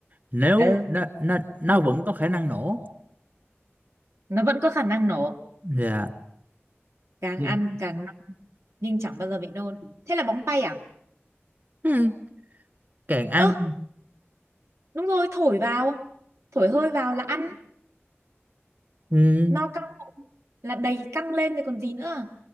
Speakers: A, on the right; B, on the right.
A: nếu
B: ừ
A: nó nó nó vẫn có khả năng nổ
B: nó vẫn có khả năng nổ
A: dạ
B: càng
A: nhưng
B: ăn càng no nhưng chẳng bao giờ bị nôn thế là bóng bay à
A: ừ, càng ăn
B: ơ đúng rồi thổi vào thổi hơi vào là ăn
A: ừ,
B: no căng bụng là đầy căng lên thì còn gì nữa